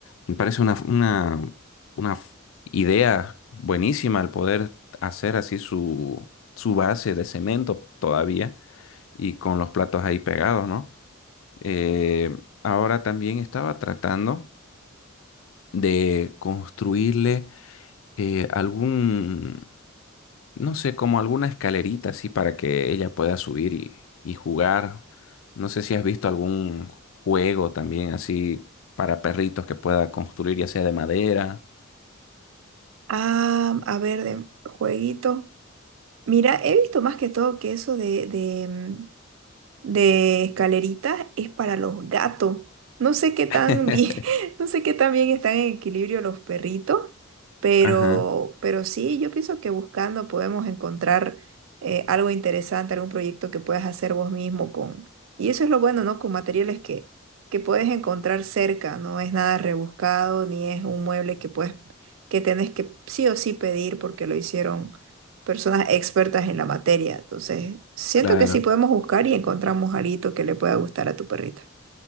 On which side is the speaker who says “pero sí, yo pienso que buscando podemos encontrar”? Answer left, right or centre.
Right